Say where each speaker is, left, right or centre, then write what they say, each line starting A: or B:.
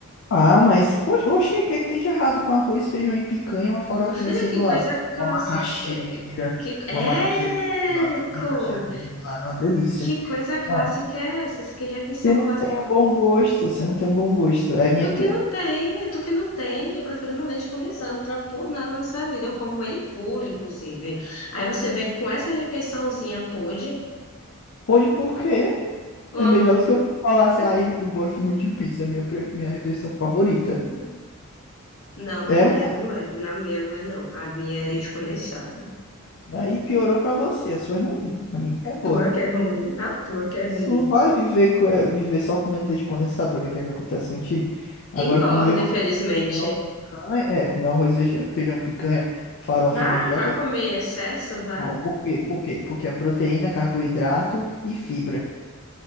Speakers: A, on the left; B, on the left.
A: Ah, mas, poxa, oxe, o que é que tem de errado com arroz, feijão e picanha e uma farofinha
B: Meu filho,
A: assim
B: que
A: do
B: coisa
A: lado?
B: clássica.
A: Uma macaxeira,
B: é, Que, é,
A: uma macaxeira do lado, uma
B: Co
A: macaxeira frita do lado, uma delícia.
B: que coisa clássica
A: Ah,
B: é essa? Que refeição
A: você não tem um bom gosto, você não tem um bom gosto. É minha
B: Tu
A: pena.
B: que não tem, tu que não tem. Eu prefiro meu leite condensado, não troco por nada nessa vida. Eu como ele puro, inclusive. Aí você vê que com essa refeiçãozinha pôde.
A: Pode por quê?
B: Um,
A: É melhor do que eu só falasse,
B: um-
A: ai, eu gosto muito de pizza, é minha, pre- minha refeição favorita.
B: Hum, Não, mas
A: É
B: minha
A: uma.
B: não é. Na minha não é, não. A minha é leite condensado.
A: Aí piorou pra você, a sua é ruim, a minha é boa.
B: Tua que é ruim, a tua que é ruim.
A: Sua vai viver, co- eh, viver só comendo leite condensado pra ver o que é que acontece contigo. Agora
B: Engorda,
A: comer um
B: infelizmente.
A: arroz, feijão e picanha, é, comer um arroz, feijão, feijão, picanha, farofa
B: Vá,
A: e mandioca.
B: vá comer em excesso, vá.
A: Ó, por quê? Por quê? Porque é proteína, carboidrato e fibra.